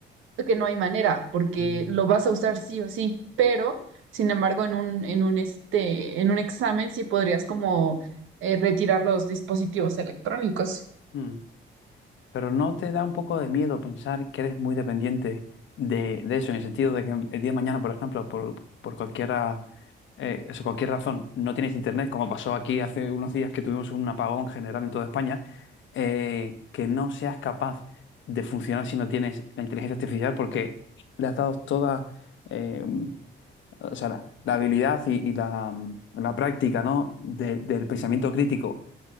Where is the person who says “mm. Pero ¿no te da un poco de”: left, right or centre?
Left